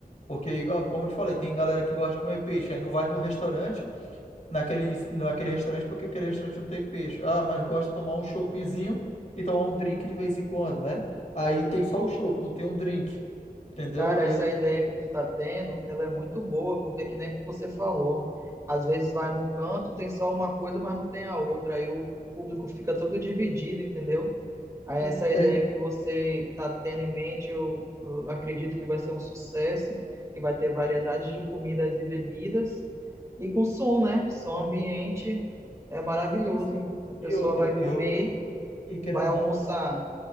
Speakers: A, on the left; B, on the right.
A: Porque, igual, como eu te falei, tem galera que gosta de comer peixe, aí não vai no restaurante, naquele, naquele restaurante porque aquele restaurante não tem peixe. Ah, mas gosto de tomar um choppzinho e tomar um drink de vez em quando, né? Aí tem só o chopp, não tem um drink. Entendeu?
B: Cara,
A: Aí
B: essa
A: eu tô.
B: ideia que tu tá tendo, ela é muito boa, porque que nem você falou, às vezes vai num canto, tem só uma coisa, mas não tem a outra, aí o público fica todo dividido, entendeu? Aí
A: e-
B: essa
A: É,
B: ideia que você tá tendo em mente, eu, eu acredito que vai ser um sucesso, que vai ter variedades de comidas e bebidas, e com som, né? Som ambiente é maravilhoso.
A: sim, sim.
B: A pessoa
A: E outra,
B: vai comer,
A: eu. E querendo
B: vai almoçar,
A: ou não,